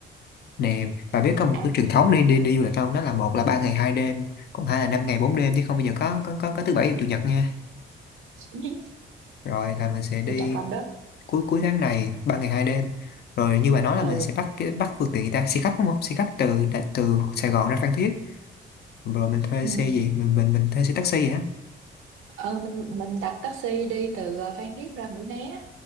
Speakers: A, on the left; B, on the right.
A: nè bà biết có một
B: à
A: cái truyền thống đi đi đi du lịch không đó là một là ba ngày hai đêm còn hai là năm ngày bốn đêm chứ không bây giờ có có có, có thứ bảy và chủ nhật nha
B: <laughs>
A: rồi là mình sẽ đi
B: từ trọng lòng đó
A: cuối cuối tháng này ba ngày hai đêm rồi như bà nói là
B: ừ.
A: mình sẽ bắt cái bắt phương tiện người ta xe khách đúng không xe khách từ đã- từ Sài Gòn ra Phan Thiết rồi mình thuê
B: ừ
A: xe gì mình mình mình thuê xe taxi vậy á
B: ờ mình mình đặt taxi đi từ ờ, Phan Thiết ra Mũi Né